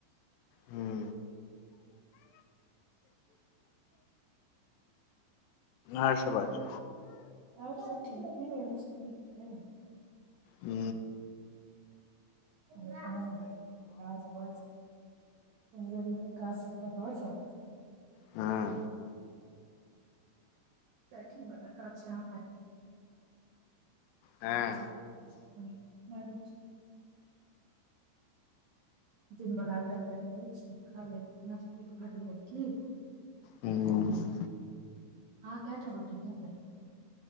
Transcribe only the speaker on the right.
आओर सब ठीके अछि बुझलिये
नइ त नइ एबै काज भऽ जाई जरूरी काज सँ त हो जा
पैकिंग वाला कज छै अहाँ
क <unintelligible> लागल छै जिन बल अण्डा कटैइ छै खा लेब हमरा तऽ पेट भरल अ की आहाँ
कय टा रोटी खेबै